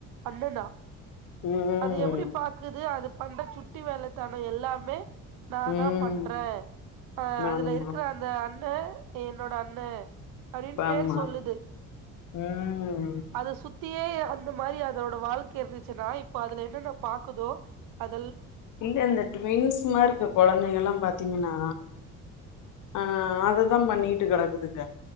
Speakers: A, on the right (about 75°); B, on the left (about 65°).
A: அண்ணன்னா
B: ம்
A: அது எப்படி பாக்குது அது பண்ற சுட்டி வேலத் தானே எல்லாமே நா
B: ம்
A: தா பண்ற ஆ அதுல
B: ஆமா
A: இருக்ற அந்த அன் ண்ண என்னோட அண்ண அப்பிடினு பேர்
B: ஆமா
A: சொல்லுது
B: ம்
A: அது சுத் தியே அந்த மாரி அதோட வாழ்க்க இருந்துச்சுன்னா இப்ப அதுல என்னன்ன பாக்குதோ அது
B: இல்ல அந்த ட்டுவின்ஸ்மார் இருக்க கொழந்தைக எல்லா பாத் த்தீங்கன்னா ஆ அததா பண்ணிட்டு கெடக்குதுங்க